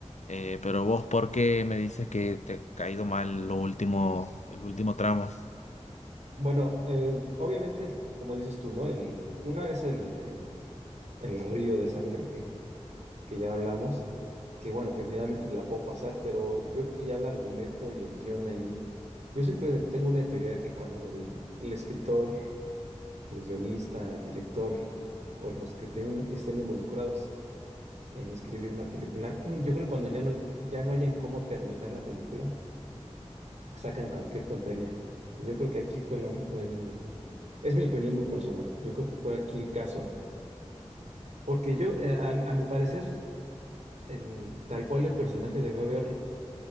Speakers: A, on the left; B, on the right.
A: Eh, pero vos, ¿por qué me dices que te ha caído mal lo último, el último tramo?
B: Bueno, eh, obviamente, como dices tú, ¿no? El, una es el, el- el río de sangre que, que ya hablamos, que bueno, que finalmente la puedo pasar, pero yo creo que ya el argumento y el guión ahí, yo siempre tengo una teoría que cuando el el escritor el guionista, el director o los que ten- estén involucrados en escribir una película, <clears throat> mm, yo creo que cuando ya no, ya no hayan cómo terminar la película, sacan cualquier tontería. Y yo creo que aquí fue la, fue el, es mi opinión muy personal. Yo creo que fue aquí el caso, porque yo, eh, a, mi a mi parecer, el, tal cual el personaje debió haber,